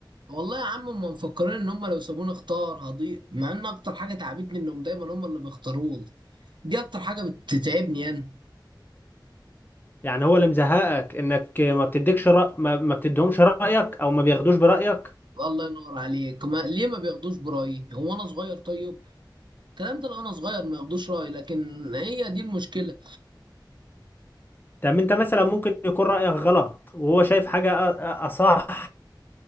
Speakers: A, on the right; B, on the left.
A: والله يا عم هم مفكرين ان هم لو سابوني اختار هضيع مع ان اكتر حاجه تعبتني انهم دايما هم اللي بيختاروني دي اكتر حاجه بتتعبني انا
B: يعني هو اللي مزهقك انك ما بتديكش رأ... ما... ما بتديهمش رأيك او ما بياخدوش برأيك
A: الله ينور عليك ما ليه ما بياخدوش برأيي هو انا صغير طيب الكلام ده لو انا صغير ما ياخدوش رأيي لكن هي دي المشكلة
B: طب انت مثلا ممكن يكون رايك غلط وهو شايف حاجه أ- أ- اصح